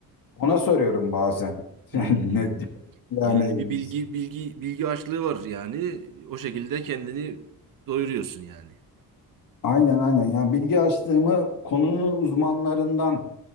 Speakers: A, on the left (about 65°); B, on the right (about 60°).
A: ona soruyorum bazen.
B: Hmm.
A: <laughs> Yani, ne- yani
B: Yani bir bilgi bilgi bilgi açlığı var yani o şekilde kendini doyuruyorsun yani.
A: aynen aynen yani bilgi açlığımı konunun uzmanlarından